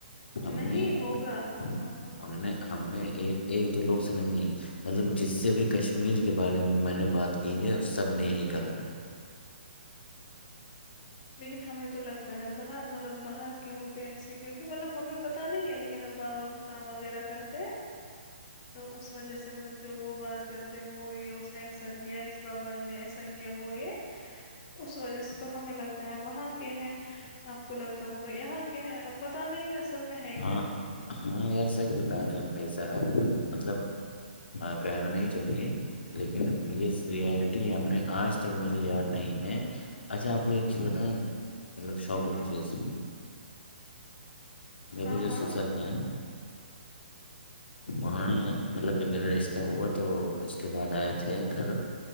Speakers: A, on the left; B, on the left.
A: ہم
B: نہیں
A: نے
B: ہوگا
A: ہم
B: ہاں ہاں
A: ہم نے ہم نے ایک ایک دو لوگ سے نہیں مطلب جس سے بھی کشمیر کے بارے میں میں نے بات کی ہے سب نے یہی کہا
B: لیکن ہمیں تو لگتا ہے باہر مطلب باہر کے ہوتے ایسے کیونکہ مطلب ہمیں پتتا نہیں ہے لیکن اب بابا کام وغیرہ کرتے
A: <inaudible>
B: تو اس وجہ سے مطلب جو وہ بات کرتے ہیں وہ یہ اس نے ایسا کیا اس بپاری نے ایسا کیا وہ یہ اس وجہ سے تو ہمیں لگتا وہاں کے ہیں آپ کو لگتا ہوگا یہاں کیا ہے ا پتا نہیں اصل میں ہے کیا
A: ہاں ہاں یار سچ بتا رہے ہیں بھائی صاحب مطلب ہ کہنا نہیں چاہیے لیکن یہ ریالٹی ہم نے آج تک مجھے یاد نہیں ہے اچھا آپ کو ایک چیز بتائیں مطلب شاپنگ
B: ہاں ہاں
A: چیز میرے
B: ہاں
A: جو
B: ہاں
A: سشل ہیں انہوں نے مطلب جب میرا رشتہ ہوا تو اس کے بعد آئے تھے گھر